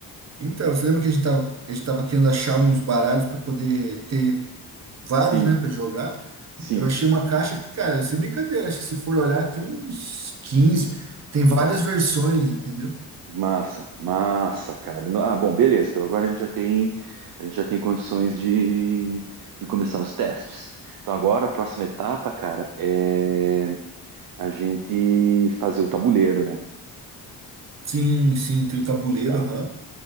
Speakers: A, on the right; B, on the right.
A: Então, você lembra que a gente tava, que a gente tava querendo achar uns baralhos para poder ter vários,
B: Sim,
A: né, para jogar?
B: sim.
A: Eu achei uma caixa que, cara, sem brincadeira, acho que se for olhar, tem uns 15, tem várias versões, entendeu?
B: Massa, massa, cara. No- Ah, bom, beleza. Então agora a gente já tem, a gente já tem condições de, de começar os testes. Então agora a próxima etapa, cara, é a gente fazer o tabuleiro, né?
A: Sim, sim, tem o tabuleiro,
B: Tá?
A: aham.